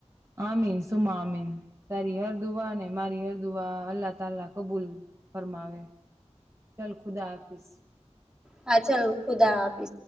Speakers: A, on the right; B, in the centre.
A: આમીન સુમા અમીન, તારી હરદુઆ ને મારી હરદુઆ, અલ્લાહ તલા કબૂલ ફરમાવે ચાલ ખુદા, હાફીસ
B: હા, ચાલ ખુદા હાફિ